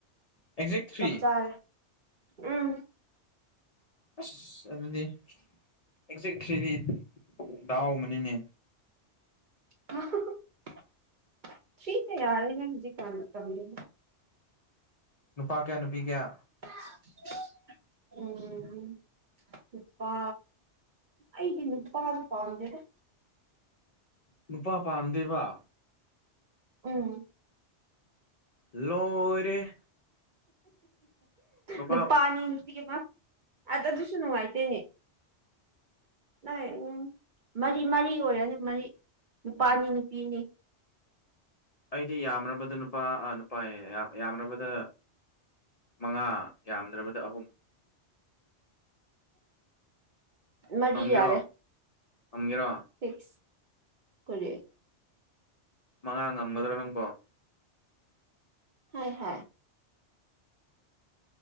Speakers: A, on the left (about 50°); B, on the right (about 50°).
A: ꯑꯦꯛꯖꯦꯛ ꯊ꯭ꯔꯤ
B: ꯆꯞ ꯆꯥꯔꯦ ꯎꯝ
A: ꯑꯁ ꯑꯗꯨꯗꯤ ꯑꯦꯛꯖꯦꯛ ꯊ꯭ꯔꯤꯗꯤ ꯗꯥꯎ ꯑꯃꯅꯤꯅꯦ
B: <unintelligible> ꯊ꯭ꯔꯤꯅ ꯌꯥꯔꯦꯗ ꯍꯧꯖꯤꯛꯀꯥꯟꯗꯤ ꯇꯜꯂꯦ
A: ꯅꯨꯄꯥ ꯀꯌꯥ ꯅꯨꯄꯤ ꯀꯌꯥ
B: <unintelligible> ꯎꯝ ꯅꯨꯄꯥ ꯑꯩꯒꯤ ꯅꯨꯄꯥ ꯄꯥꯝꯗꯦꯗ
A: ꯅꯨꯄꯥ ꯄꯥꯝꯗꯦꯕ
B: ꯎꯝ
A: ꯂꯣꯏꯔꯦ ꯅꯨꯄꯥ
B: ꯅꯨꯄꯥꯅꯤ ꯅꯨꯄꯤꯒꯤꯃ ꯑꯥꯗꯗꯨꯁꯨ ꯅꯨꯉꯥꯏꯇꯦꯅꯦ ꯅꯩ ꯎꯝ ꯃꯔꯤ ꯃꯔꯤ ꯑꯣꯏꯔꯅꯤ ꯃꯔꯤ ꯅꯨꯄꯥ ꯑꯅꯤ ꯅꯨꯄꯤꯅꯤ
A: ꯑꯩꯗꯤ ꯌꯥꯝꯔꯕꯗ ꯅꯨꯄꯥ ꯑ ꯅꯨꯄꯥ ꯌꯦ ꯌꯥꯝ-ꯌꯥꯝꯅꯕꯗ ꯃꯉꯥ ꯌꯥꯝꯗ꯭ꯔꯕꯗ ꯑꯍꯨꯝ
B: ꯃꯔꯤ
A: ꯉꯝꯒꯦꯔꯣ
B: ꯌꯥꯔꯦ
A: ꯉꯝꯒꯦꯔꯣ
B: ꯐꯤꯛꯁ ꯀꯨꯔꯤ
A: ꯃꯉꯥ ꯉꯝꯒꯗ꯭ꯔꯣ ꯅꯪꯕꯣ
B: ꯍꯥꯏ ꯍꯥꯏ